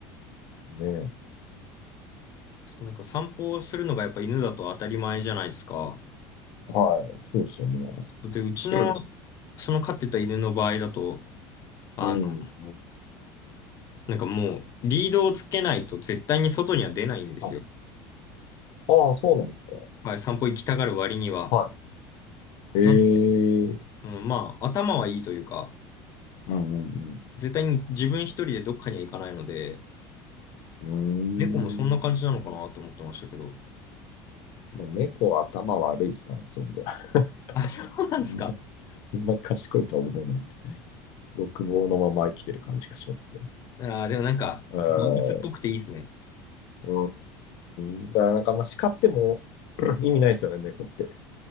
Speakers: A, on the left; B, on the left.
A: ね
B: なんか散歩をするのがやっぱ犬だと当たり前じゃないですか。
A: はい。そうですよね。
B: で、うちの、
A: うん。
B: その飼ってた犬の場合だと、あの、
A: うん
B: なんかもうリードをつけないと絶対に外には出ないんですよ。
A: あ、ああ、そうなんですか。
B: はい、散歩行きたがる割には。
A: はい。ええ。
B: なんで、うん、まあ、頭はいいというか、
A: うんうん
B: 絶対に自分一人でどっかには行かないので、
A: うんうーん。
B: 猫もそんな感じなのかなと思ってましたけど。
A: そう。猫は頭悪いですからね、そういう意味では。
B: あ、そうなんですか。
A: <laughs> あんま <laughs> あんまり賢いとは思えないんで。六毛のまま生きてる感じがしますね。
B: あー、でもなんか、
A: うん
B: 動物っぽくていいですね。
A: うーん。だからなんか、まあ、叱っても <clears throat> 意味ないですよね、猫って。